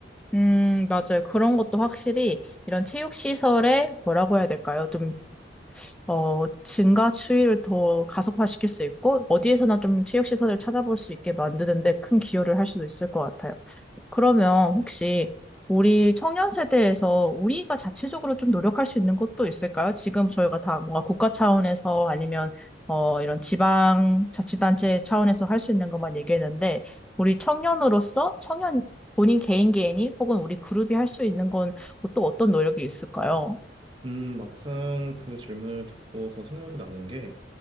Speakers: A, in the centre; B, on the right (about 30°).
A: 음, 맞아요. 그런 것도 확실히 이런 체육시설에 뭐라고 해야 될까요? 좀 어, 증가 추이를 더 가속화시킬 수 있고, 어디에서나 좀 체육시설을 찾아볼 수 있게 만드는데 큰 기여를 할 수도 있을 것 같아요. 그러면 혹시 우리 청년 세대에서 우리가 자체적으로 좀 노력할 수 있는 것도 있을까요? 지금 저희가 다 뭔가 국가 차원에서 아니면 어, 이런 지방 자치단체 차원에서 할 수 있는 것만 얘기했는데, 우리 청년으로서 청년 본인 개인 개인이 혹은 우리 그룹이 할 수 있는 건 또 어떤 노력이 있을까요?
B: 음, 막상 그 질문을 듣고서 생각이 나는 게